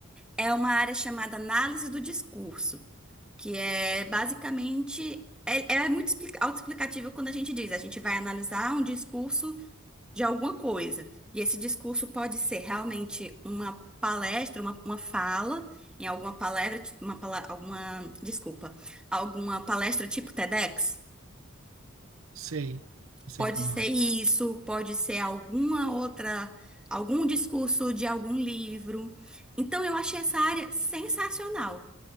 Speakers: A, in the centre; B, on the right.
A: É uma área chamada análise do discurso. que é basicamente é, é muito expli- autoexplicativo quando a gente diz, a gente vai analisar um discurso de alguma coisa. E esse discurso pode ser realmente uma palestra, uma, uma fala, em alguma palestra, uma, pala- alguma, desculpa, alguma palestra tipo TEDx.
B: Sei, eu sei
A: Pode
B: como
A: ser
B: é.
A: isso, pode ser alguma outra, algum discurso de algum livro. Então eu achei essa área sensacional.